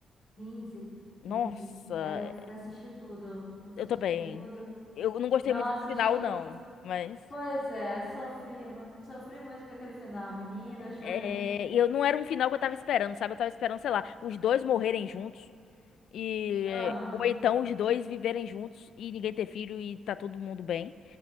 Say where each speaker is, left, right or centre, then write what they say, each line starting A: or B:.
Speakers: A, on the left (about 30°); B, on the left (about 70°).
A: Quinze,
B: Nossa,
A: quinze. Aí eu assisti tudo, assisti
B: eu também.
A: tudo.
B: Eu não gostei
A: Nossa,
B: muito do final,
A: cho...
B: não. Mas.
A: pois é, sofri, mu- sofri muito com aquele final, menina, eu chorei.
B: É, e eu não era um final que eu tava esperando, sabe? Eu tava esperando, sei lá, os dois morrerem juntos. E,
A: Aham,
B: ou então os dois viverem juntos e ninguém ter filho e tá todo mundo bem.